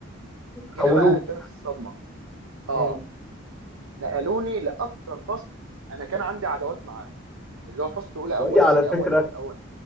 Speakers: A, in the centre; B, on the right.
A: حولوك
B: هنا بقى كانت الصدمه اه
A: مم.
B: نقلوني لاكتر فصل انا كان عندي عداوات معاه اللي هو فصل اولى
A: وهي
B: اول
A: على
B: تاني
A: فكره
B: اول تالت اول